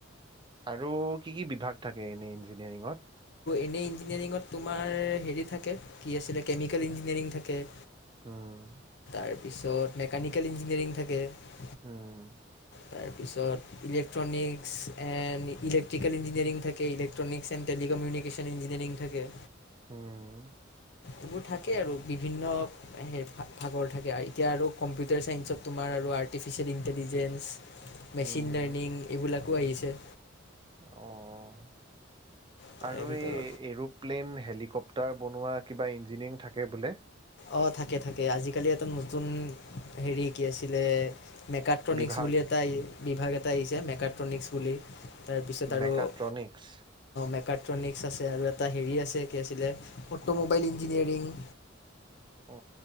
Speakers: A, on the right; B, on the left.
A: আৰু কি কি বিভাগ থাকে এনে ইঞ্জিনিয়াৰিঙত।
B: এ ইঞ্জিনিয়াৰিঙত তোমাৰ হেৰি থাকে, কি আছিলে কেমিকেল ইঞ্জিনিয়াৰিং থাকে।
A: হম।
B: তাৰপিছত মেকানিকেল ইঞ্জিনিয়াৰিং থাকে।
A: হম।
B: তাৰপিছত ইলেক্ট্ৰনিক্স এণ্ড ইলেক্ট্ৰিকেল ইঞ্জিনিয়াৰিং থাকে ইলেক্ট্ৰনিক্স এণ্ড টেলিকমিউনিকেশ্যন ইঞ্জিনিয়াৰিং থাকে।
A: উম।
B: এইবোৰ থাকে আৰু বিভিন্ন ভাগৰ থাকে আৰু এতিয়া আৰু কম্পিউটাৰ চাইন্সত তোমাৰ আৰু আৰ্টিফিচিয়েল ইন্টেলিজেঞ্চ
A: হুম।
B: মেচিন লাৰ্নিং এইবিলাক ধুব আহিছে।
A: অ',
B: তাৰে
A: আৰু
B: ভিতৰত
A: এই এৰোপ্লেন হেলিকপটাৰ তাৰ বনোৱা কিবা ইঞ্জিনিয়াৰিং থাকে বোলে।
B: অ, থাকে থাকে আজিকালি এটা নতুন হেৰি কি আছিলে। মেকাট্ৰনিক্স
A: বিভাগ
B: বুলি এটা ই বিভাগ এটা আহিছে এলেক্ট্ৰনিকস বুলি তাৰপিছত আৰু
A: মেকাট্ৰনিক্স।
B: অ, মেকা ট্ৰনিস আছে আৰু এটা হেৰি আছে কি আছিলে অটমোবাইল ইঞ্জিনিয়াৰিং।
A: অ,